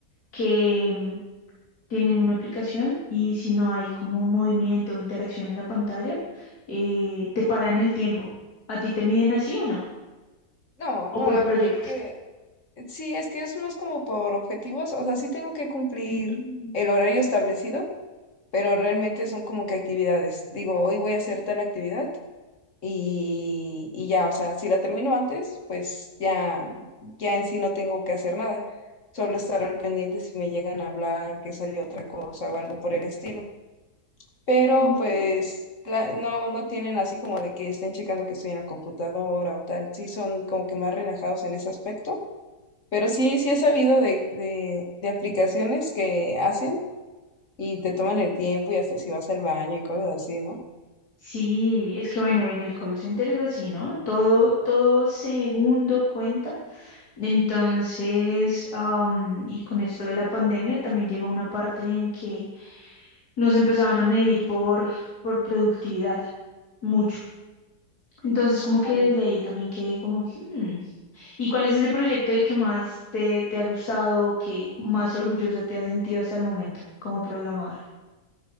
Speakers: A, on the left; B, on the left.
A: que mm, tienen una aplicación y si no hay como movimiento o interacción en la pantalla, eh, te paran el tiempo. ¿A ti te miden así o no?
B: No, no,
A: ¿O por
B: la verdad
A: proyecto?
B: que sí, es que es más como por objetivos, o sea, sí tengo que cumplir
A: Mm.
B: el horario establecido pero realmente son como que actividades. Digo, hoy voy a hacer tal actividad y, y ya, o sea, si la termino antes, pues ya, ya en sí no tengo que hacer nada. Solo estar al pendiente si me llegan a hablar, que salió otra cosa o algo por el estilo. Pero
A: mm.
B: pues tra- no, no tienen así como de que estén checando que estoy en la computadora o tal. Sí son como que más relajados en ese aspecto. Pero sí, sí he sabido de, de, de aplicaciones que hacen y te toman el tiempo y hasta si vas al baño y cosas así, ¿no?
A: Sí, es que bueno, en el call center es así, ¿no? Todo, todo segundo cuenta. Entonces, am, y con esto de la pandemia también llegó una parte en que nos empezaban a medir por, por productividad, mucho. Entonces, como que
B: Ok.
A: desde ahí también quedé como, "Hmm, ¿y cuál es ese proyecto de que más te, te ha gustado o que más orgullosa te has sentido hasta el momento como programadora?